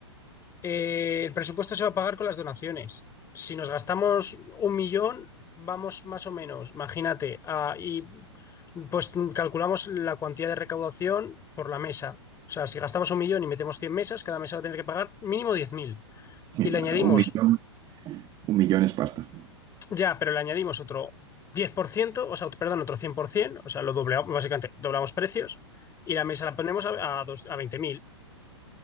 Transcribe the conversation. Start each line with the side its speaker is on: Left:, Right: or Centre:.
Left: eh, el presupuesto se va a pagar con las donaciones. Si nos gastamos un millón, vamos más o menos, imagínate, a- y pues calculamos la cuantía de recaudación por la mesa. O sea, si gastamos un millón y metemos 100 mesas, cada mesa va a tener que pagar mínimo diez mil
Right: mira,
Left: Y le añadimos
Right: un millón, un millón es pasta.
Left: Ya, pero le añadimos otro 10%, o sea, perdón, otro 100%, o sea, lo doblamos, básicamente doblamos precios y la mesa la ponemos a, a, dos- a 20.000.